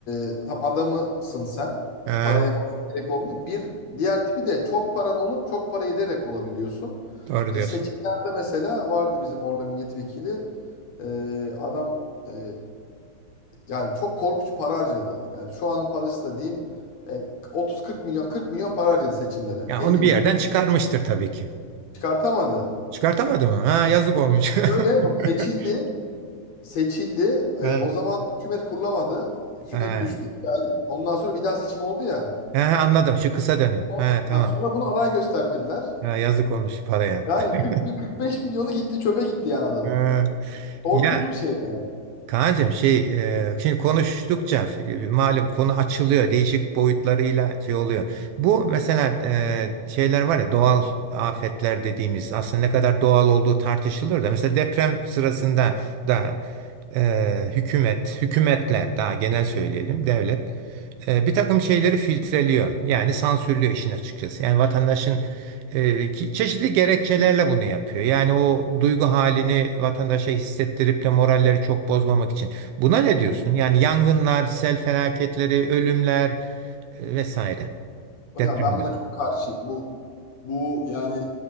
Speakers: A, on the left; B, on the right.
A: e, tam adamısın sen.
B: Ha,
A: Paraya fazla gerek olmuyor. Bir diğer tipi de çok paran olup çok para ederek olabiliyorsun.
B: doğru
A: Mesela
B: diyorsun.
A: seçimlerde mesela vardı bizim orada milletvekili. E, adam e, yani çok korkunç para harcadı. Yani şu anın parası da diyeyim e, 30-40 milyon 40 milyon para harcadı seçimlere.
B: Ya
A: 50
B: onu bir
A: milyon.
B: yerden çıkarmıştır tabii ki.
A: Çıkartamadı.
B: Çıkartamadı mı? Ha yazık olmuş.
A: Şöyle yok,
B: <laughs>
A: seçildi. Seçildi. Ee,
B: Ha,
A: o zaman hükümet kurulamadı. Hükümet
B: ha.
A: düştü. İki ay- Ondan sonra bir daha seçim oldu ya.
B: Ha, anladım. Şu kısa dönem.
A: O-
B: Ha, tamam.
A: ha, sonra bunu aday göstermediler.
B: Ha, yazık olmuş paraya.
A: Yani
B: <laughs>
A: 40 bir 45 milyonu gitti çöpe gitti yani adamın.
B: Ha,
A: Korkunç
B: ya
A: bir şey yani.
B: Kaan'cığım şey e, şimdi konuştukça e, malum konu açılıyor değişik boyutlarıyla şey oluyor. Bu mesela e, şeyler var ya doğal afetler dediğimiz aslında ne kadar doğal olduğu tartışılır da mesela deprem sırasında da e, hükümet, hükümetler daha genel söyleyelim devlet e, bir takım şeyleri filtreliyor. Yani sansürlüyor işin açıkçası. Yani vatandaşın e, ki- çeşitli gerekçelerle bunu yapıyor. Yani o duygu halini vatandaşa hissettirip de moralleri çok bozmamak için. Buna ne diyorsun? Yani yangınlar, sel felaketleri, ölümler e, vesaire.
A: Hocam
B: Depremler.
A: ben buna çok karşıyım. Bu bu yani